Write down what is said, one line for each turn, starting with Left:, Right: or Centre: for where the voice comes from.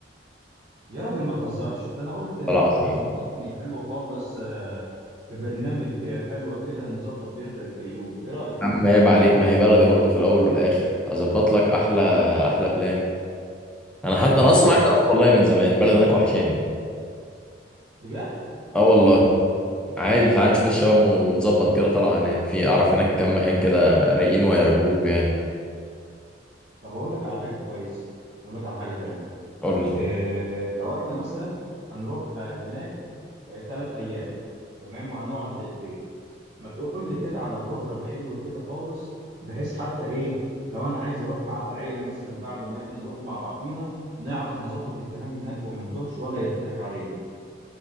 Right: يا راجل ما تهزرش ده انا قلت ان
Centre: والله
Right: انت
Centre: العظيم
Right: هتظبطني
Centre: يا
Right: حلو خالص آه، في برنامج آه، حلو كده نظبط بيه رحله للفيوم ايه رايك
Centre: عم عيب عليك ما هي بلدي برضو في الاول والاخر اظبط لك احلى احلى بلان انا حتى انا اصلا
Right: طيب
Centre: عايز
Right: بص
Centre: اروح والله من زمان البلد هناك وحشاني
Right: بجد
Centre: اه والله عادي تعال نشوف الشباب ونظبط كده طلعه هناك في اعرف هناك كم مكان كده رايقين وهيعجبوكوا يعني
Right: طب اقول لك على حاجه كويسه اقول لك على حاجه حلوه
Centre: قول لي
Right: إيه لو احنا مثلا هنروح آه، هناك ثلاث ايام تمام وهنقعد ليلتين ما تقول لي كده على بروجرام حلو كده خالص بحيث حتى ايه لو انا عايز اروح مع العيله مثلا بعد ما احنا نروح مع بعضينا نعرف نظبط الكلام هناك وما نتوهش ولا يضحك علينا